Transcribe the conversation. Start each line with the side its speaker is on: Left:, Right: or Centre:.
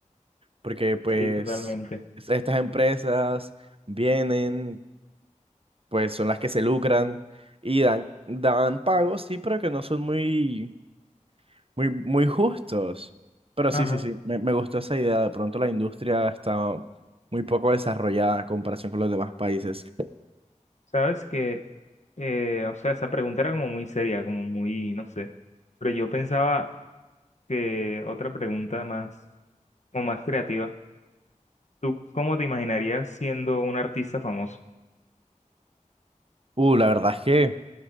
Right: porque pues
Left: Sí, totalmente.
Right: es- estas empresas vienen, pues son las que se lucran y dan, dan pagos, sí, pero que no son muy, muy, muy justos. Pero
Left: Ajá.
Right: sí, sí, sí, me, me gustó esa idea. De pronto la industria está muy poco desarrollada en comparación con los demás países.
Left: Sabes que, eh, o sea, esa pregunta era como muy seria, como muy, no sé. Pero yo pensaba que otra pregunta más, como más creativa. ¿Tú cómo te imaginarías siendo un artista famoso?
Right: Uh, la verdad es que